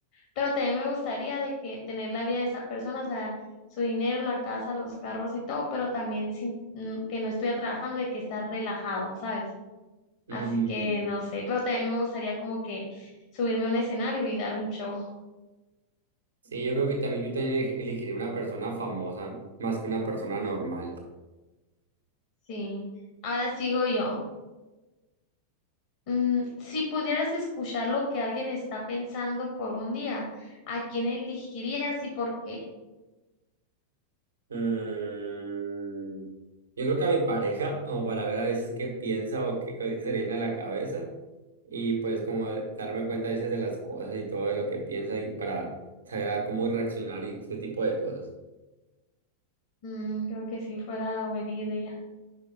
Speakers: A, on the left; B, on the right.
A: Pero también me gustaría de que tener la vida de esa persona, o sea, su dinero, la casa, los carros y todo, pero también sin mm, que no estuviera trabajando, de que estar relajado, ¿sabes?
B: Mm.
A: Así que no sé, pero también me gustaría como que subirme a un escenario y dar un show.
B: Sí, yo creo que también yo también eleg- elegiría una persona famosa más que una persona normal.
A: Sí. Ahora sigo yo. Mm, si pudieras escuchar lo que alguien está pensando por un día, ¿a quién elegirías y por qué?
B: Mm, yo creo que a mi pareja, como para ver a veces qué piensa o qué, co- qué se le viene a la cabeza, y pues como de- darme cuenta a veces de las cosas y todo de lo que piensa y para saber a cómo reaccionar y ese tipo de cosas.
A: Mm, creo que sí fuera buena idea.